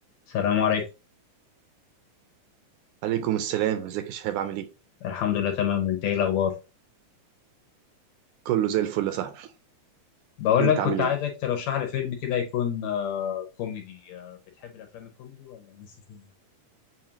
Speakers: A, on the left; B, on the right.
A: السلام عليكم
B: عليكم السلام ازيك يا شهاب عامل ايه
A: الحمد لله تمام انت ايه الاخبار
B: كله زي الفل يا صاحبي
A: بقول
B: انت
A: لك كنت
B: عامل
A: عايزك
B: ايه
A: ترشح لي فيلم كده يكون آه، كوميدي آه، بتحب الافلام الكوميدي ولا مش فيها